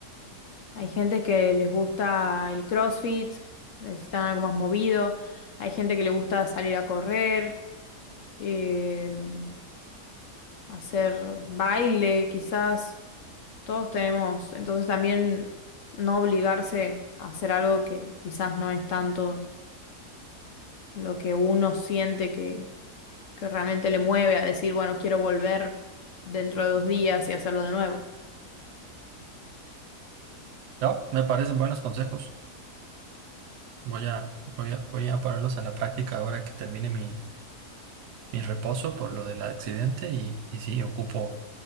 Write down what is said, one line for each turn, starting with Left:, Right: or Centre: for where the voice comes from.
Left: Hay gente que les gusta el CrossFit, necesitan algo más movido. Hay gente que le gusta salir a correr. em, hacer baile, quizás. Todos tenemos, entonces también no obligarse a hacer algo que quizás no es tanto lo que uno siente que, que realmente le mueve a decir, bueno, quiero volver dentro de dos días y hacerlo de nuevo.
Right: No, me parecen buenos consejos. Voy a, voy a, voy a ponerlos a la práctica ahora que termine mi, mi reposo por lo del accidente y, y sí, ocupo.